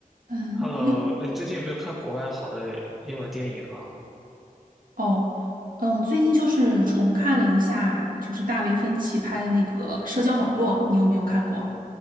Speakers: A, on the right; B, in the centre.
A: 嗯，
B: Hello，
A: 又
B: 哎，最近有没有看国外好的英文电影啊？
A: 哦，呃，我最近就是重看了一下，就是大卫芬奇拍的那个《社交网络》，你有没有看过？